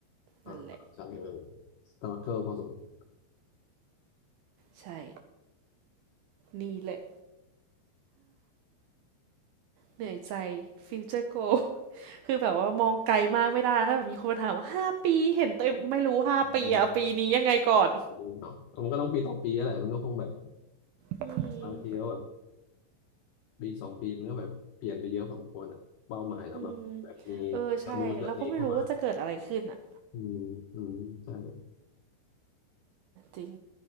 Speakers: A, on the left; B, on the right.
A: อ่าใช่เออ
B: นั่นแหละ
A: สตาร์เกิพอสมควร
B: ใช่ นี่แหละเหนื่อยใจฟิวเจอร์โก <laughs> คือแบบว่ามองไกลมากไม่ได้ถ้าแบบมีคนมาถามว่าห้าปีเห็นตัวเไม่รู้ห้าปีอะปีนี้ยังไงก่อน
A: อืมดีเนาะมันก็ต้องปีต่อปีแหละมันก็คงแบบ
B: อืม
A: บางทีก็แบบปีสองปีมันก็แบบเปลี่ยนไปเยอะพอสมควรอ่ะเป้าหมายแล้วแบบแบบมีทางนู้นเรื่องนี้เข้ามา
B: อืมเออใช่เราก็ไม่รู้ว่าจะเกิดอะไรขึ้นอะ
A: อืมอืมใช่
B: จริง